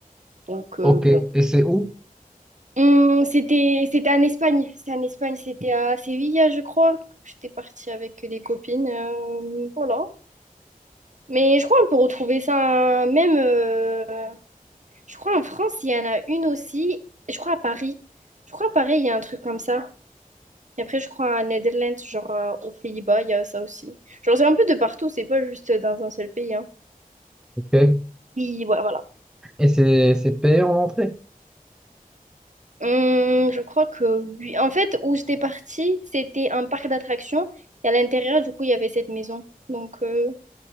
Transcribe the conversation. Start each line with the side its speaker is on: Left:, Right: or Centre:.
Right: Donc, euh,
Centre: ok.
Right: bon.
Centre: Et c'est où?
Right: On- c'était, c'était en Espagne. C'était en Espagne, c'était à Séville, je crois. J'étais partie avec des copines. euh, voilà. Mais je crois qu'on peut retrouver ça même. euh, je crois en France, il y en a une aussi. Je crois à Paris. Je crois à Paris, il y a un truc comme ça. Et après, je crois à Netherlands, genre euh, aux Pays-Bas, il y a ça aussi. Genre, c'est un peu de partout, c'est pas juste dans un seul pays. Hein.
Centre: Ok.
Right: Oui, ouais, voilà.
Centre: Et c'est, c'est payé en entrée?
Right: Hum, je crois que oui. En fait, où j'étais partie, c'était un parc d'attractions. Et à l'intérieur, du coup, il y avait cette maison. Donc, euh,